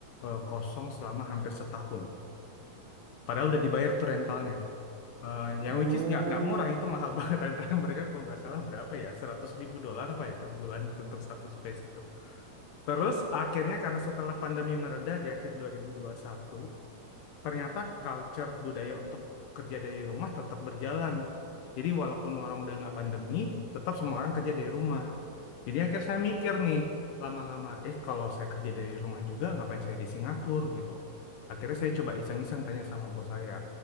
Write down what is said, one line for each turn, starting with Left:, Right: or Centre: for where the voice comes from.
Left: eh, kosong selama hampir setahun. Padahal udah dibayar tuh rentalnya.
Right: Oh gitu.
Left: Eh, yang
Right: Hmm.
Left: which is nggak nggak murah itu mahal banget <laughs> rentalnya mereka kalau nggak salah berapa ya seratus ribu dolar apa ya per bulan itu untuk satu space itu. Terus akhirnya karena setelah pandemi mereda di akhir 2021 ternyata culture budaya untuk kerja dari rumah tetap berjalan. Jadi walaupun orang udah nggak pandemi tetap semua orang kerja dari rumah. Jadi akhirnya saya mikir nih lama-lama, eh kalau saya kerja dari rumah juga ngapain saya di Singapura gitu. Akhirnya saya coba iseng-iseng tanya sama bos saya,